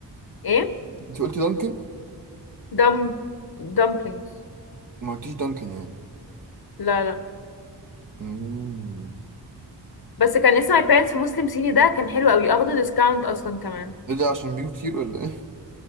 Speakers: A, on the left; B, on the right.
A: ايه
B: انت قلتي دانكن
A: دم دامبلينجز
B: ما قلتيش دانكن يعني
A: لا لا
B: مم.
A: بس كان لسه ماي بيرنتس في مسلم صيني ده كان حلو قوي اخده ديسكاونت اصلا كمان
B: ايه ده عشان بيجوا كتير ولا ايه؟